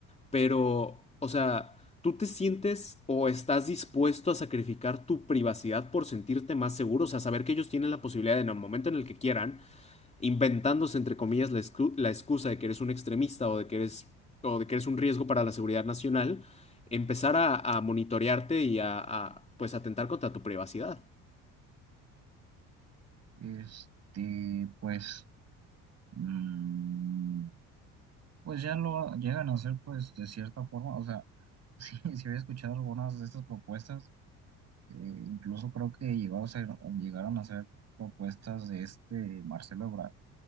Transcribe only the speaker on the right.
Este, pues, mm, pues ya lo llegan a hacer pues de cierta forma, o sea, <laughs> sí, sí había escuchado algunas de estas propuestas Eh, incluso creo que llegó a ser- llegaron a hacer propuestas de este Marcelo Ebrard,